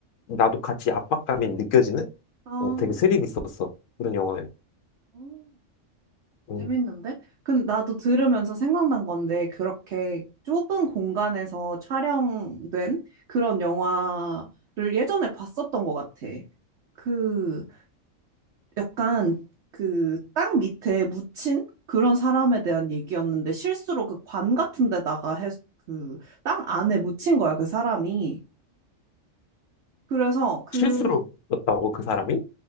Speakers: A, on the left (about 80°); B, on the right (about 60°).
A: 나도 같이 압박감이 느껴지는?
B: 아, 어,
A: 어, 되게 스릴 있었어. 그런 영화에.
B: 음,
A: 음.
B: 재밌는데? 근데 나도 들으면서 생각난 건데, 그렇게 좁은 공간에서 촬영된 그런 영화를 예전에 봤었던 것 같아. 그, 약간 그 땅 밑에 묻힌 그런 사람에 대한 얘기였는데, 실수로 그 관 같은 데다가 해, 그 땅 안에 묻힌 거야, 그 사람이. 그래서 그,
A: 실수로 였다고, 그 사람이?